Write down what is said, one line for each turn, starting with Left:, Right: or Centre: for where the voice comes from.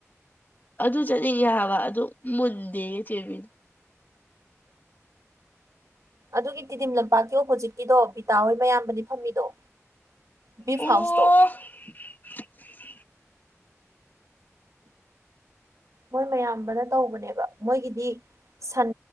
Left: ꯑꯗꯨ ꯆꯠꯅꯤꯡꯉꯦ ꯍꯥꯏꯕ ꯑꯗꯨ ꯃꯨꯟꯗꯦ ꯆꯦꯕꯤ
Right: ꯑꯗꯨꯒꯤ ꯇꯤꯗꯤꯤꯝ ꯂꯝꯄꯥꯛꯀꯤ ꯑꯣꯄꯣꯖꯤꯠ ꯒꯤꯗꯣ ꯕꯤꯇꯥ ꯍꯣꯏ ꯃꯌꯥꯝꯕꯅꯤ ꯐꯝꯃꯤꯗꯣ ꯕꯤꯐ
Left: ꯑꯣ
Right: ꯍꯥꯎꯁꯇꯣ
Left: <unintelligible>
Right: ꯍꯣꯏ ꯃꯌꯥꯝꯕꯅ ꯇꯧꯕꯅꯦꯕ ꯃꯣꯏꯒꯤꯗꯤ ꯁꯟ